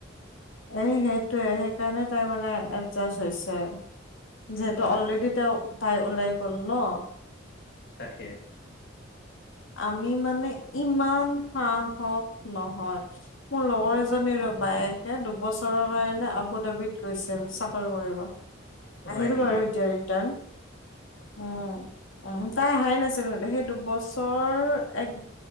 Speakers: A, on the left; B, on the left.
A: এই সেইটোৱে সেইকাৰণে তাই মানে এডজাষ্ট হৈছে। যিহেতু
B: হয়
A: অলৰেডি তেওঁ, তাই ওলাই লগ ন'।
B: তাকে
A: আমি মানে, ইমান সাহস নহয়, মোৰ লগৰ এজনীৰো বায়েকে দুবছৰৰ কাৰণে আবু ডাবিত গৈছিল চাকৰি কৰিব, আহিল
B: হয় নেকি
A: বাৰু এতিয়া ৰিটাৰ্ণ। উম, অ, তাই অহাই নাছিল মানে, সেই দুবছ <unintelligible> এক,